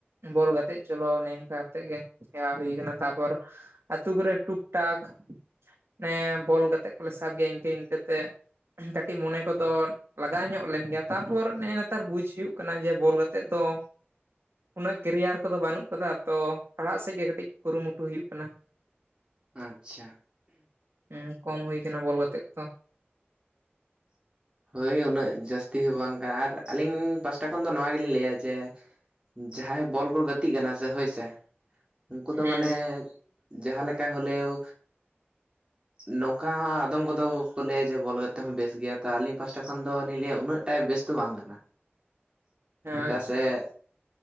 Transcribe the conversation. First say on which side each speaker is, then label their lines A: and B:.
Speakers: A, on the right (about 80°); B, on the right (about 25°).
A: ᱵᱚᱞ ᱜᱟᱛᱮᱜ ᱪᱚᱞᱚ, ᱱᱮᱝᱠᱟ ᱠᱟᱛᱮᱜ ᱜᱮ ᱦᱮᱣᱟ ᱦᱩᱭ ᱠᱟᱱᱟ ᱛᱟᱨᱯᱚᱨ ᱟᱛᱩ ᱠᱚᱨᱮ ᱴᱩᱠ ᱴᱟᱠ ᱢᱟᱱᱮ ᱵᱚᱞ ᱜᱟᱛᱮ ᱠᱚᱞᱮ ᱥᱟᱵ ᱜᱮᱭᱟ᱾ ᱤᱱᱠᱟᱹ ᱤᱱᱠᱟᱹ ᱛᱮ ᱠᱟᱹᱴᱤᱡ ᱢᱚᱱᱮ ᱠᱚᱫᱚ ᱞᱟᱜᱟᱣ ᱧᱚᱜ ᱞᱮᱱ ᱜᱮᱭᱟ ᱛᱟᱨᱯᱚᱨ ᱱᱮᱜᱼ ᱱᱮᱛᱟᱨ ᱵᱩᱡ ᱦᱩᱭᱩᱜ ᱠᱟᱱᱟ ᱡᱮ ᱵᱚᱞ ᱜᱟᱛᱮ ᱫᱚ ᱩᱱᱟᱹᱜ ᱠᱮᱨᱤᱭᱟᱨ ᱠᱚᱫᱚ ᱵᱟᱹᱱᱩᱜ ᱟᱠᱟᱫᱟ ᱛᱚ ᱯᱟᱲᱦᱟᱜ ᱥᱮᱫ ᱜᱮ ᱠᱟᱹᱴᱤᱡ ᱠᱩᱨᱩᱢᱩᱴᱩ ᱦᱩᱭᱩᱜ ᱠᱟᱱᱟ
B: ᱟᱪᱪᱷᱟ
A: ᱦᱮᱸ ᱠᱚᱢ ᱦᱩᱭ ᱠᱟᱱᱟ ᱵᱚᱞ ᱜᱟᱛᱮ ᱠᱚᱫᱚ᱾
B: ᱦᱳᱭ ᱩᱱᱟᱹᱜ ᱡᱟᱹᱥᱛᱤ ᱛᱤᱦ ᱦᱚᱸ ᱵᱟᱝ ᱠᱟᱱᱟ ᱟᱨ ᱟᱹᱞᱤᱧ ᱯᱟᱥᱴᱟ ᱠᱷᱚᱱ ᱫᱚ ᱱᱚᱣᱟ ᱜᱮᱞᱤᱧ ᱞᱟᱹᱭᱟ ᱡᱮ ᱡᱟᱦᱟᱸᱭ ᱵᱚᱞ ᱠᱚ ᱜᱟᱛᱮᱜ ᱠᱟᱱᱟ ᱥᱮ ᱦᱳᱭ ᱥᱮ ᱩᱱᱠᱩ ᱫᱚ
A: ᱦᱮᱸ
B: ᱢᱟᱱᱮ ᱡᱟᱦᱟᱸ ᱞᱮᱠᱟ ᱞᱮᱭᱚ ᱱᱚᱝᱠᱟ ᱦᱚᱸ ᱟᱫᱚᱢ ᱠᱚᱫᱚ ᱠᱚ ᱞᱟᱹᱭᱟ ᱡᱮ ᱵᱚᱞ ᱜᱟᱛᱮ ᱦᱚᱸ ᱵᱮᱥ ᱜᱮᱭᱟ᱾ ᱛᱚ ᱟᱹᱞᱤᱧ ᱯᱟᱦᱴᱟ ᱠᱷᱚᱱ ᱫᱚᱞᱤᱧ ᱞᱟᱹᱭᱟ ᱩᱱᱟᱹᱜ ᱴᱟ ᱵᱮᱥ ᱫᱚ ᱵᱟᱝ ᱠᱟᱱᱟ᱾ ᱪᱮᱫᱟᱜ
A: ᱟᱪᱪᱷᱟ
B: ᱥᱮ <inaudible>